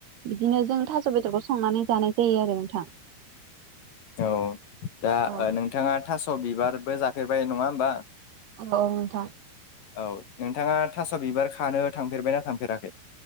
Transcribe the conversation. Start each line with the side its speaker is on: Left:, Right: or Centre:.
Right: बिदिनो जों थास' बेदरखौ संनानै जानाय जायो आरो नोंथां।
Left: औ दा
Right: औ
Left: ओ नोंथाङा थास' बिबारबो जा फेरबाय नङा होमबा।
Right: औ नोंथां।
Left: औ नोंथाङा थास' बिबार खानो थांफेरबायना थांफेराखै।